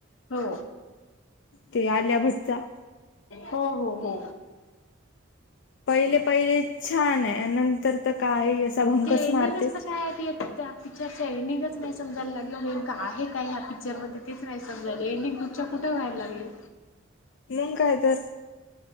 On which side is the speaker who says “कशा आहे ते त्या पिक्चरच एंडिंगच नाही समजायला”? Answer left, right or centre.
Left